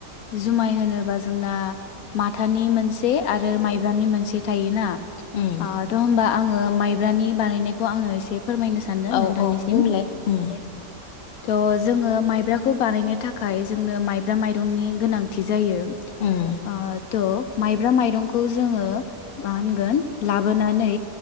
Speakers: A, on the left; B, on the left.
A: जुमाय होनोब्ला जोंना माथानि मोनसे आरो माइब्रानि मोनसे थायोना।
B: उम
A: ओ थ होमबा आंङो माय <unintelligible> बानायनायखौ आंङो एसे फोरमायनो सानदों
B: औ
A: नोंथांनिसिम
B: औ बुंलाय उम
A: थ' जोङो माइब्राखौ बानायनो थाखाय जोंनो माइब्रा माइरंनि गोनांथि जायो।
B: उम
A: ओ थह मायब्रा मायरंखौ जोंङो मा होनगोन लाबोनानै